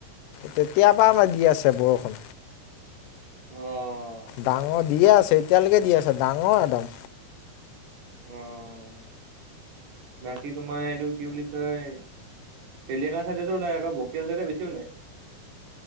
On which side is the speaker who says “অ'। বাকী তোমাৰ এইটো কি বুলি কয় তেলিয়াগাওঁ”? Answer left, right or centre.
Right